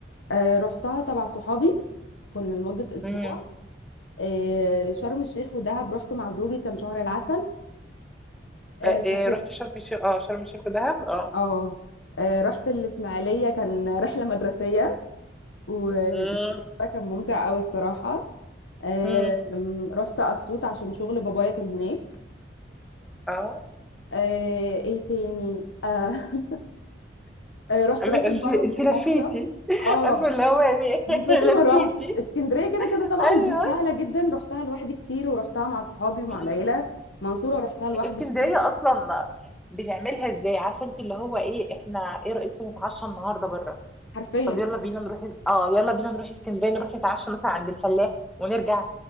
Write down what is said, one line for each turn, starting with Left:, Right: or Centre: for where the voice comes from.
Left: آه، رحتها تبع صحابي كنا لمده اسبوع
Centre: امم
Left: آه، شرم الشيخ ودهب رحت مع زوجي كان شهر العسل آه،
Centre: آه،
Left: سافرت
Centre: إيه رحت شرم الشيخ اه شرم الشيخ ودهب اه
Left: اه آه، رحت الاسماعيليه كان رحله مدرسيه والموضوع
Centre: مم،
Left: ده كان ممتع قوي الصراحه آم،
Centre: مم،
Left: رحت اسيوط عشان شغل بابايا كان هناك
Centre: اه
Left: آه ايه تاني آه <laughs> آه، رحت
Centre: اما
Left: راس البر
Centre: انت انت لفيتي
Left: مصيف اه
Centre: عارفه اللي هو يعني
Left: من
Centre: <laughs>
Left: كتر
Centre: لفيتي
Left: ما رحت اسكندريه كده كده طبعا
Centre: ايوه
Left: دي سهله جدا رحتها لوحدي كتير ورحتها مع صحابي ومع
Centre: مم.
Left: العيله منصوره رحتها لوحدي
Centre: اسكندريه
Left: كتير
Centre: اصلا بنعملها ازاي عارفه انت اللي هو ايه احنا ايه رايكم نتعشى النهارده بره
Left: حرفيا
Centre: طب يلا بينا نروح اه يلا بينا نروح اسكندريه نروح نتعشى مثلا عند الفلاح ونرجع